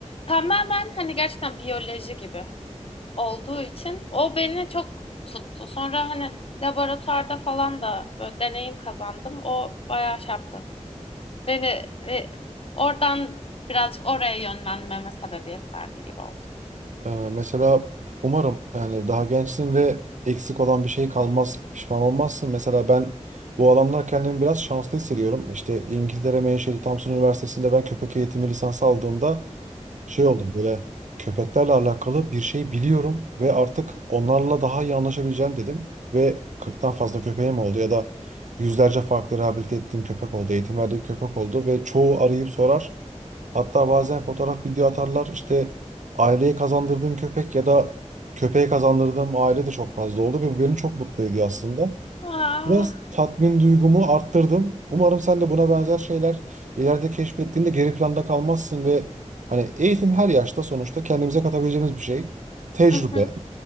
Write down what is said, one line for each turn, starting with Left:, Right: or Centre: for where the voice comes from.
Left: Tamamen hani gerçekten biyoloji gibi. olduğu için o beni çok tuttu. Sonra hani laboratuvarda falan da böyle deneyim kazandım. O bayağı şey yaptı. Beni e, oradan birazcık oraya yönlenmeme sebebiyet verdi gibi oldu.
Right: Ee, mesela umarım yani daha gençsin ve eksik olan bir şey kalmaz, pişman olmazsın. Mesela ben bu alanda kendimi biraz şanslı hissediyorum. İşte İngiltere menşeli Thompson Üniversitesi'nde ben köpek eğitimi lisansı aldığımda şey oldum böyle köpeklerle alakalı bir şey biliyorum ve artık onlarla daha iyi anlaşabileceğim dedim ve 40'tan fazla köpeğim oldu ya da yüzlerce farklı rehabilite ettiğim köpek oldu, eğitim verdiğim köpek oldu ve çoğu arayıp sorar. Hatta bazen fotoğraf, video atarlar işte aileye kazandırdığım köpek ya da köpeğe kazandırdığım aile de çok fazla oldu ve bu beni çok mutlu ediyor aslında.
Left: Aa,
Right: Biraz tatmin duygumu arttırdım. Umarım sen de buna benzer şeyler ileride keşfettiğinde geri planda kalmazsın ve hani eğitim her yaşta sonuçta kendimize katabileceğimiz bir şey. Tecrübe.
Left: hı hı,